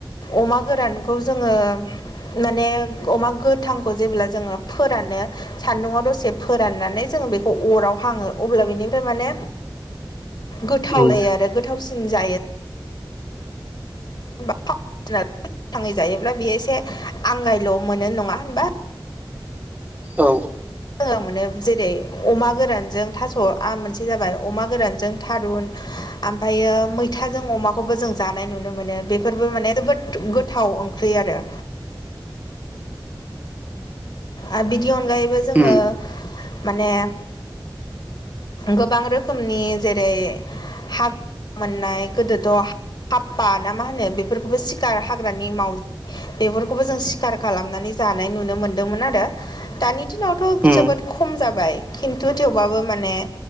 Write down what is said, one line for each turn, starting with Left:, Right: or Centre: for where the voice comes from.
Left: अमा गोरानखौ जोङो माने अमा गोथांखौ जेब्ला जोङो फोरानो सानदुंआव दसे फोराननानै जोङो बेखौ अराव हाङो अब्ला बेनिफ्राय माने गोथाव
Right: उम
Left: जायो आरो गोथावसिन जायो <unintelligible> थाङै जायोब्ला बेयो एसे आंगायल' मोनो नङा होनबा
Right: औ
Left: मोजां मोनो जेरै अमा गोरानजों थास'आ मोनसे जाबाय अमा गोरानजों थारुन ओमफ्रायो मैथाजों अमाखौबो जों जानाय नुनो मोनो बेफोरबो माने जोबोद गोथाव ओंख्रि आरो आरो बिनि अनगायैबो जोङो
Right: उम
Left: माने गोबां रोखोमनि जेरै हाग्रा मोननाय गोदोथ' हाफ्फा ना मा होनो बेफोरखौबो सिखार हाग्रानि माव बेफोरखौबो जों सिखार खालामनानै जानाय नुनो मोनदोंमोन आरो दानि दिनावथ'
Right: उम
Left: जोबोद खम जाबाय खिन्थु थेवबाबो माने